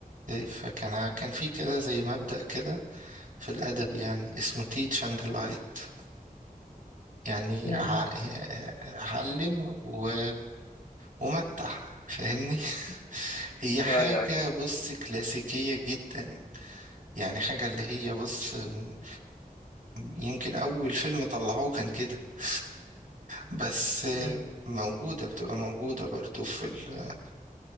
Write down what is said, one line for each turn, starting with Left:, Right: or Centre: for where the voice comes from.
Right: فكان كان في كده زي مبدأ كده في الأدب يعني اسمه teach and delight يعني
Left: أمم.
Right: ع... علم و... ومتع فاهمني <laughs> هي
Left: ايوه
Right: حاجة
Left: ايوه ايوه
Right: بص كلاسيكية جدا يعني حاجة اللي هي بص م- يمكن أول فيلم طلعوه كان كده <laughs> بس
Left: أمم.
Right: موجودة بتبقى موجودة برضو في ال...